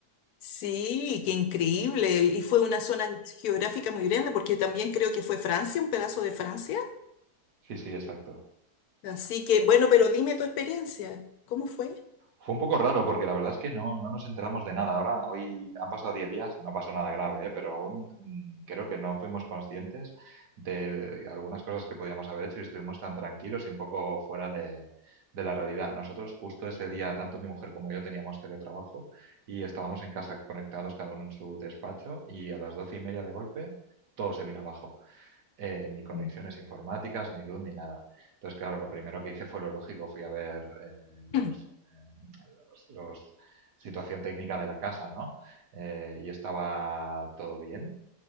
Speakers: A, on the left (about 70°); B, on the right (about 75°).
A: Sí, qué increíble. Y fue una zona geográfica muy grande porque también creo que fue Francia, un pedazo de Francia.
B: Sí, sí, exacto.
A: Así que, bueno, pero dime tu experiencia. ¿Cómo fue?
B: Fue un poco raro porque la verdad es que no, no nos enteramos de nada. Ahora, hoy han pasado 10 días, no pasó nada grave, ¿eh? pero aún mm, creo que no fuimos conscientes de, de algunas cosas que podíamos haber hecho y estuvimos tan tranquilos y un poco fuera de, de la realidad. Nosotros justo ese día, tanto mi mujer como yo teníamos teletrabajo y estábamos en casa conectados cada uno en su despacho y a las doce y media de golpe todo se vino abajo eh, ni conexiones
A: Mm,
B: informáticas, ni luz, ni nada. Entonces, claro, lo primero que hice fue lo lógico, fui a ver eh, los,
A: <clears throat>
B: eh, los, los situación técnica de la casa, ¿no? Eh, y estaba todo bien